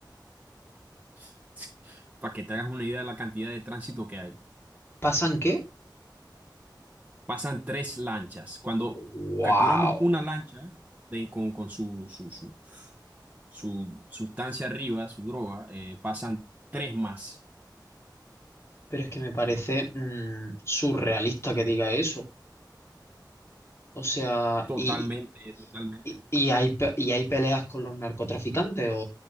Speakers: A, on the right; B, on the left.
A: <laughs> para que te hagas una idea de la cantidad de tránsito que hay,
B: ¿Pasan qué?
A: pasan tres lanchas. Cuando
B: ¡Wow!
A: capturamos una lancha de- con, con su, su, su, su sustancia arriba, su droga, eh, pasan tres más.
B: Pero es que me parece mm, surrealista que diga eso. O sea,
A: Totalmente,
B: y,
A: totalmente
B: y, y hay, pe- y hay peleas con los narcotraficantes o,